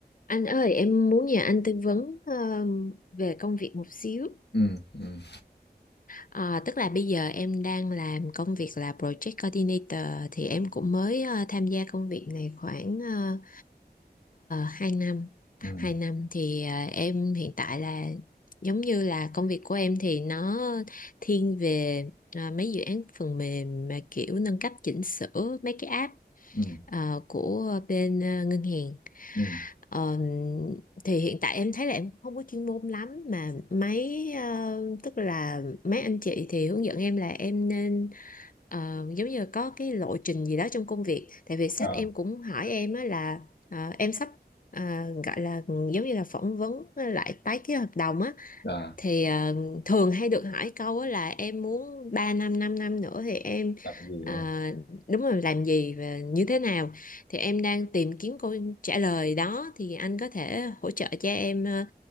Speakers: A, on the left; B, on the left.
A: Anh ơi, em muốn nhờ anh tư vấn ờ, về công việc một xíu.
B: Ừm, ừm,
A: Ờ, tức là bây giờ em đang làm công việc là Project Coordinator thì em cũng mới ờ, tham gia công việc này khoảng uh, 2 năm. Hai
B: ừm,
A: năm thì ờ, em hiện tại là giống như là công việc của em thì nó thiên về ờ, mấy dự án phần mềm mà kiểu nâng cấp chỉnh sửa mấy cái app
B: ừm,
A: ờ, của bên ờ, ngân hàng
B: ừm,
A: Ờ, thì hiện tại em thấy là em không có chuyên môn lắm mà mấy ờ, tức là mấy anh chị thì hướng dẫn em là em nên ờ, giống như là có cái lộ trình gì đó trong công việc tại vì sếp
B: ờ,
A: em cũng hỏi em á là ờ, em sắp ờ, gọi là giống như là phỏng vấn lại tái ký hợp đồng á
B: là
A: thì ờ, thường hay được hỏi câu á là em muốn 3 năm 5 năm nữa thì em
B: là tại vì,
A: ờ,
B: đúng hông?
A: đúng rồi làm gì và như thế nào thì em đang tìm kiếm câu trả lời đó thì anh có thể hỗ trợ cho em ờ,